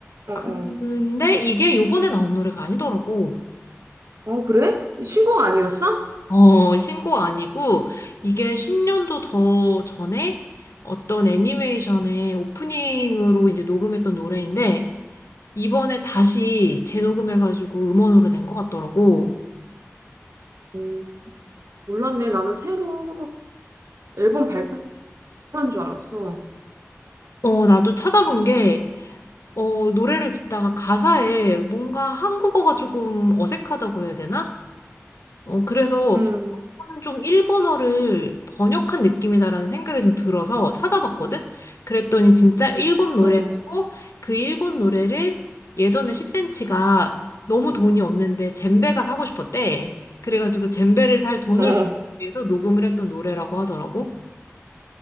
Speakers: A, on the right (about 65°); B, on the left (about 70°).
A: 어,
B: 근데
A: 어.
B: 이게 요번에 나온 노래가 아니더라고.
A: 어, 그래? 이 신곡 아니었어?
B: 어, 신곡 아니고 이게 10년도 더 전에 어떤 애니메이션의 오프닝으로 이제 녹음했던 노래인데 이번에 다시 재녹음해가지고 음원으로 낸 것 같더라고.
A: 음, 몰랐네. 나는 새로 앨범 발표한 줄 알았어.
B: 어, 나도 찾아본 게, 어, 노래를 듣다가 가사에 뭔가 한국어가 조금 어색하다고 해야 되나? 어, 그래서
A: 음,
B: 저는 좀 일본어를 번역한 느낌이다라는 생각이 좀 들어서 찾아봤거든? 그랬더니 진짜 일본 노래였고,
A: 어,
B: 그 일본 노래를 예전에 10cm가 너무 돈이 없는데 젬베가 사고 싶었대. 그래가지고 젬베를 살 돈을
A: 어.
B: 위해서 녹음을 했던 노래라고 하더라고.